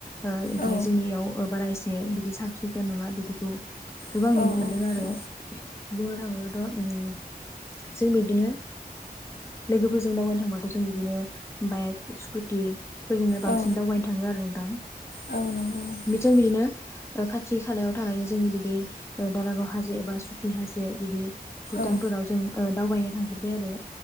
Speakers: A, on the left; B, on the left.
A: ओ ओमफ्राय
B: औ
A: जोंनियाव बारा बे बिदि साब सिखोन नंङा बिदिखौ गोबां
B: औ
A: नुनो मोन्दों
B: नंगौ
A: आरो। बुंनो थांङोब्लाथ' उम जों बिदिनो लोगोफोरजों दावबायनो थांबाथ' जों बिदिनो बाइक स्कुटि फोरजोंनो बांसिन
B: औ
A: दावबायनो थांङो आरो नोंथां
B: औ नंगौ नोंथां
A: जों बिदिनो खा खाथि खालायाव थानाय जोंनि बिदि ओ दारागाव हाजो एबा सुखि हाजो बिदि भुटानफोराव
B: औ
A: जों ओ दावबायनो थांफेरबाय आरो